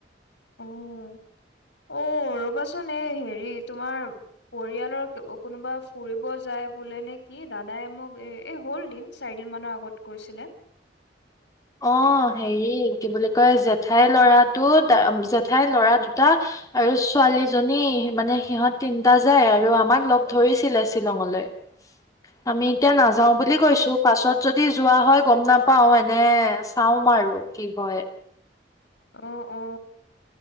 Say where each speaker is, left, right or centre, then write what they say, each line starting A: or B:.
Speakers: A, on the left; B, on the left.
A: অ অ ৰ'বাচোন এই হেৰি তোমাৰ পৰিয়ালৰ কোনোবা ফুৰিব যায় বোলে নে কি দাদাই মোক এ এই হ'ল দিন চাৰিদিন মানৰ আগত কৈছিলে।
B: অ হেৰি কি বুলি কয় জেঠাইৰ ল'ৰাটো জেঠাইৰ ল'ৰা দুটা আৰু ছোৱালীজনী মানে সিহঁত তিনটা যায় আৰু আমাক লগ ধৰিছিলে শ্বিলঙলৈ আমি এতিয়া নাযাও
A: অ',
B: বুলি কৈছো পাছত যদি যোৱা হয় গম নাপাও এ নে চাওম আৰু কি হয়
A: অ অ